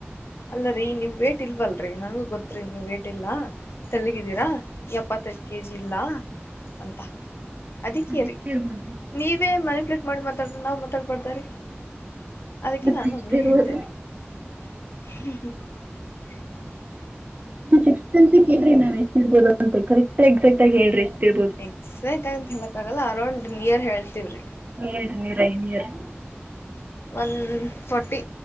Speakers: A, on the left; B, on the right.
A: ಅಲ್ಲರೀ ನೀವ್ ವೇಟ್ ಇಲ್ವಲ್ರರಿ ನನಗು ಗೊತ್ತ್ರಿ ನೀವ್ ವೇಟ್ ಇಲ್ಲ ತಳ್ಳಗಿದೀರಾ ಎಪ್ಪತ್ ಎಪ್ಪತ್ ಕೆಜಿಇಲ್ಲಾ ಅಂತ ಅದಕ್ಕೆ
B: ಮತ್ತ
A: ರೀ
B: ಎಷ್ಟ ಇರ್ಬೋದು
A: ನೀವೇ ಮನ್ಯುಪ್ಲೇಟ್ ಮಾಡಿ ಮಾತಾಡ್ರ ನಾವ್ ಮಾತಾಡ್ಬಡ್ತಾರೀ ಅದಕ್ಕೆ
B: ಮತ್ತ
A: ನಾನು
B: ಎಷ್ಟ
A: ಹಂಗೆ
B: ಇರ್ಬೋದ್ರಿ
A: ಹೇಳ್ದೆ ರಿ ಹ
B: ನೀವ್ ಸಿಕ್ಷ್ಸೆಂಸು ಕೇಳ್ರಿ ನಾವ್ ಎಷ್ಟು ಇರ್ಬೋದು ಅಂತ ಕರೆಕ್ಟ್ ಎಕ್ಸಾಕ್ಟ್ ಆಗಿ ಹೇಳ್ರಿ ಇರ್ಬೋದು
A: ಎಕ್ಸಾಕ್ಟ್ ಆಗಂತ ಹೇಳಕ್ ಆಗಲ್ಲ ಅರೌಂಡ್ ನಿಯರ್ ಹೇಳ್ತವ್ರಿ
B: ಎಏಡ್ ನೀರ್ ಐನರ್
A: one forty